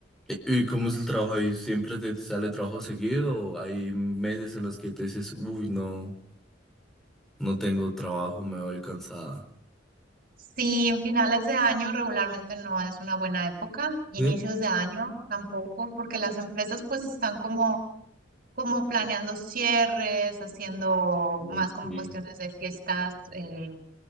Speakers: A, in the centre; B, on the right.
A: ¿y cómo es el trabajo ahí? ¿Siempre te sale trabajo seguido o hay meses en los que te dices, uy, no, no tengo trabajo, me voy cansada?
B: Sí, en finales de año regularmente no es una buena época, inicios
A: ¿Sí?
B: de año tampoco, porque las empresas pues están como, como planeando cierres, haciendo
A: Mm,
B: más como
A: Sí.
B: cuestiones de fiestas eh,